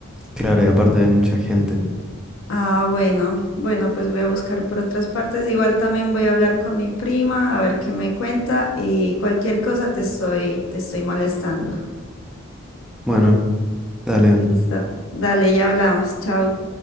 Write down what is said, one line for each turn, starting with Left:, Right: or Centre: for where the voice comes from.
Centre: claro, y aparte hay mucha gente.
Left: Ah, bueno, bueno, pues voy a buscar por otras partes. Igual también voy a hablar con mi prima a ver qué me cuenta y cualquier cosa te estoy, te estoy molestando.
Centre: Bueno, dale,
Left: Listo. Dale, ya hablamos. Chao.